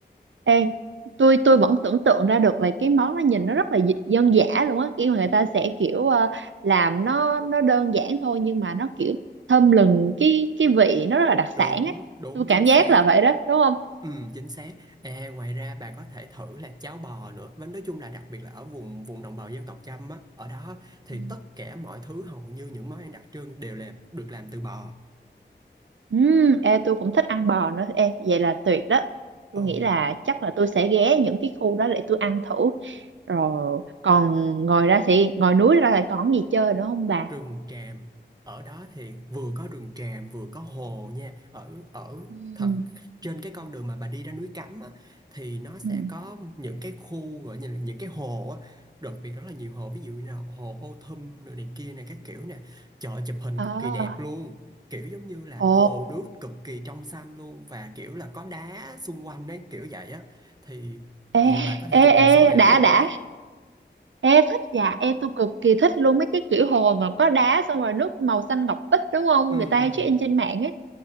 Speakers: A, on the right; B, on the right.
A: ê tôi tôi vẫn tưởng tượng ra được là cái món nó nhìn nó rất là dị- dân dã luôn á kiểu người ta sẽ kiểu ờ, làm nó nó đơn giản thôi nhưng mà nó kiểu thơm lừng cái cái vị nó rất là đặc sản
B: đúng
A: á
B: đúng
A: tôi cảm
B: chính xác
A: giác là vậy đó đúng không
B: ừ chính xác à, ngoài ra bà có thể thử là cháo bò nữa và nói chung là đặc biệt là ở vùng vùng đồng bào dân tộc Chăm á ở đó thì
A: ừ
B: tất cả mọi thứ hầu như những món ăn đặc trưng đều làm được làm từ bò
A: Ừm, ê, tôi cũng thích ăn bò nữa ê, vậy là tuyệt đó
B: ờ
A: tôi nghĩ là chắc là tôi sẽ ghé những cái khu đó để tôi ăn thử rồi còn ngồi ra thì ngồi núi ra là còn gì chơi nữa không bà
B: rừng tràm ở đó thì vừa có rừng tràm vừa có hồ nha ở ở
A: Ừ.
B: thật
A: Ừm,
B: trên cái con đường mà bà đi ra núi Cấm á, thì nó sẽ
A: ừm.
B: có những cái khu gọi như là những cái hồ á đặc biệt rất là nhiều hồ ví dụ như là hồ Ô Thum rồi này kia này các kiểu nè chợ chụp hình
A: ờ
B: cực kỳ đẹp luôn kiểu giống như là
A: ồ
B: hồ nước cực kỳ trong xanh luôn và kiểu là có đá xung quanh đấy kiểu vậy á thì ừ
A: ê
B: bà có thể chụp
A: ê
B: hình sống
A: ê
B: ảo
A: đã
B: được luôn
A: đã
B: á
A: Ê thích dạ Ê tôi cực kỳ thích luôn mấy cái kiểu hồ mà có đá xong rồi nước màu xanh ngọc bích đúng không
B: ừ
A: Người ta
B: ừ
A: hay check in trên mạng ấy